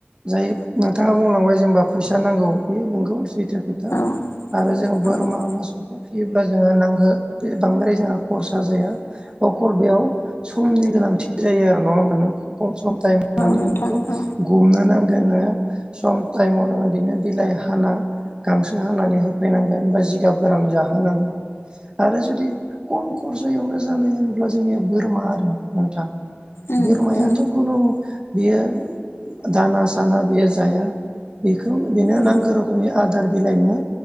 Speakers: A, on the right; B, on the left.
A: जाय नोंथाङा बुंलांबाय जेनबा फैसा नांगौ बे नोंगौ सैथो खोथा
B: औ
A: आरो जों
B: औ
A: बोरमा मोसौखौ फियोब्ला जोङो नांगौ बे बांद्राय जोंहा खरसा जाया अकल बेयाव समनि गोनांथि जायो आरो नङा होनोमब नों खम सम टाइमनानै
B: नोंथां
A: होनानै बेखौ
B: औ
A: गुमनानै जोङो सम टाइमाव नोङो बिनो बिलाइ हाना गांसो हानानै होफैनांगोन बा जिगाब गोरान जाहोनांगोन आरो जुदि। खम खरसायावनो जानाय होनोब्ला जोंनिया बोरमा आरो नोंथां।
B: उम
A: बोरमायाथ'
B: उम
A: खुनु बियो दाना साना बियो जाया बे बेनो
B: उम
A: नांगौ रोखोमनि आदार। बिलाइ नोङो